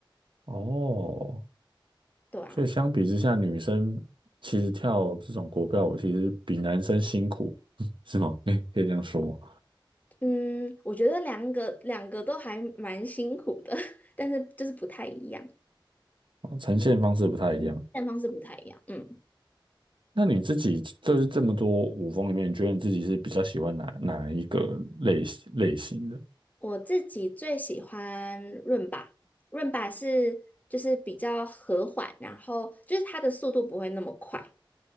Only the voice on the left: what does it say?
对啊，
嗯，我觉得两个两个都还蛮辛苦的，<laughs> 但是就是不太一样，
但方式不太一样。嗯，
我自己最喜欢润吧，润吧是就是比较和缓，然后就是它的速度不会那么快，